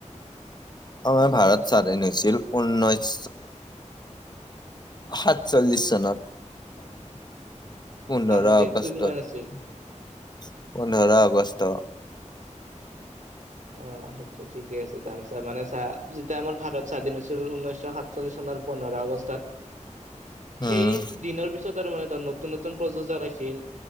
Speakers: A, on the left (about 35°); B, on the right (about 75°).
A: আমাৰ ভাৰত স্বাধীন হৈছিল ঊনৈশ সাতচাল্লিছ চনত। পোন্ধৰ
B: আৰু
A: আগষ্টত।
B: ডেটটো কিমান আছিল
A: পোন্ধৰ আগষ্ট।
B: অ, সেইটো ঠিকে আছে জানচা মানে চা যেতিয়া আমাৰ ভাৰত স্বাধীন হৈছিল ঊনৈশ সাতচল্লিছ চন আপোনাৰ পোন্ধৰ আগষ্টত সেই
A: উম
B: দিনৰ পিছত আৰু মানে ত' নতুন-নতুন প্ৰযোজক আগিছিল